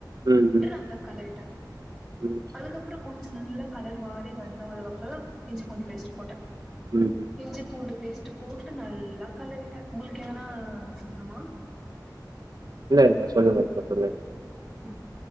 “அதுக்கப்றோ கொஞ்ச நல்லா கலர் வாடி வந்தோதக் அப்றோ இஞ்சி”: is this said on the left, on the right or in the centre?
Centre